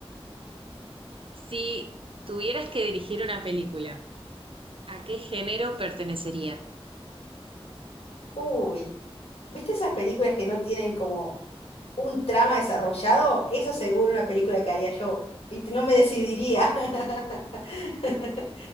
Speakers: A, on the right; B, on the left.
A: si tuvieras que dirigir una película, ¿a qué género pertenecería?
B: Uy. ¿Viste esas películas que no tienen como un trama desarrollado? Eso seguro una película que haría yo. ¿Viste? No me decidiría. <laughs>